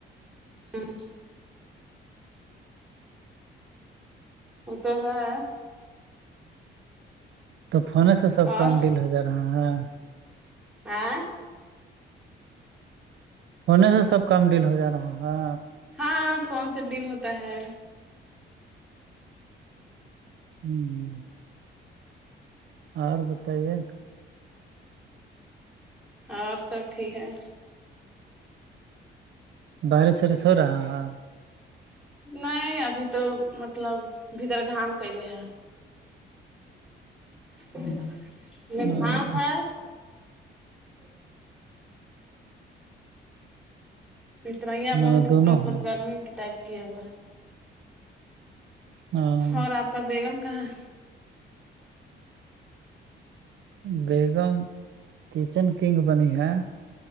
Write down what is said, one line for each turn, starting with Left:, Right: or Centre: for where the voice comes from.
Centre: ہاں وہ تو ہے
Right: تو فونے سے سب
Centre: اور
Right: کام ڈیل ہو جا رہا ہے
Centre: ہیں
Right: فون سے سب کام ڈیل ہو جا رہا ہے
Centre: ہاں فون سے ڈیل ہوتا ہے
Right: ہاں اور بتائیے
Centre: اور سب ٹھیک ہے
Right: بارش وارش ہو رہا ہے
Centre: نہیں ابھی تو مطلب بدر گھام کیلے ہیں <unintelligible>
Right: ہاں
Centre: <inaudible> اتنایا
Right: میں
Centre: بہت
Right: دونوں
Centre: مطلب
Right: ہے
Centre: گرمی کی ٹائپ کیا ہوا ہے
Right: ہاں
Centre: اور آپ کا بیگم کہاں ہے
Right: بیگم کچن کنگ بنی ہے